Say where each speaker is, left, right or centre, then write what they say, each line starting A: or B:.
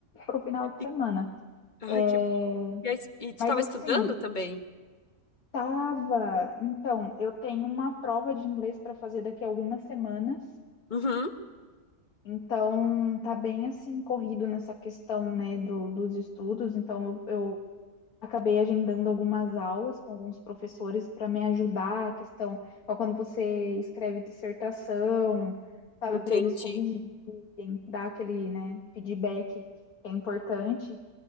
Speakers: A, on the left; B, on the left.
A: o final de
B: E,
A: semana.
B: ai,
A: É,
B: que... E, aí, e tu
A: mas
B: tava
A: assim,
B: estudando também?
A: tava. Então, eu tenho uma prova de inglês para fazer daqui a algumas semanas.
B: Uhum,
A: Então, tá bem assim, corrido nessa questão, né, do, dos estudos. Então, eu, eu acabei agendando algumas aulas com alguns professores para me ajudar a questão, ó, quando você escreve dissertação, sabe,
B: entendi.
A: para eles corrigirem, dar aquele, né, feedback que é importante.